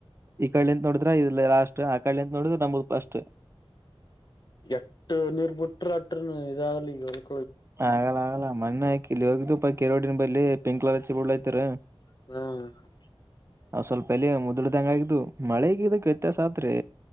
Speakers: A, on the right (about 25°); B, on the left (about 45°).
A: ಈ ಕಡೆ ನಿಂತು ನೋಡಿದ್ರೆ ಇಲ್ಲಿ ಲಾಸ್ಟ್ ಆ ಕಡೆ ನಿಂತು ನೋಡಿದ್ರ ನಮ್ದು ಪಸ್ಟ್
B: ಎಟ್ಟ ನೀರ್ ಬಿಟ್ರ ಅಟ್ರರ ಇದಾಗಲಿ ಈಗ ಹೊ
A: ಆಗಲ್ಲ ಆಗಲ್ಲ ಮೊನ್ನೆ ಕಿಲ್ಲೇ ಇದು ಪಾ ಕೆರೋಟಿನ ಬೆಂಕಿ ಹಚ್ಚಿ ಬಿಡ್ಲ ಕತ್ತಾರ
B: ಹುಂ
A: ಅ ಸ್ವಲ್ಪ ಎಲೆ ಮುದಳ್ದಂಗ ಆಗಿದು ಮಳೆಗಿ ಇದಕ್ಕ ವ್ಯತ್ಯಾಸ ಆಗ್ತದ್ರಿ